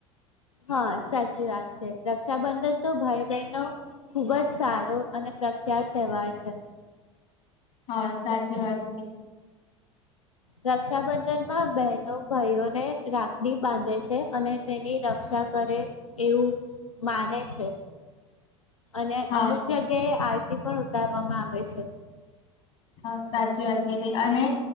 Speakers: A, on the left; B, on the left.
A: હા, સાચી વાત છે. રક્ષાબંધન તો ભાઈ બહેન નો ખુબ જ સારો અને પ્રખ્યાત તહેવાર છે.
B: હા, સાચી વાત કીધી.
A: રક્ષાબંધનમાં બહેનો ભાઈઓને રાખડી બાંધે છે અને તેની રક્ષા કરે એવું માને છે. અને
B: હા
A: અમુક જગ્યાએ આરતી પણ ઉતારવામાં આવે છે.
B: હા સાચી વાત કીઘી અને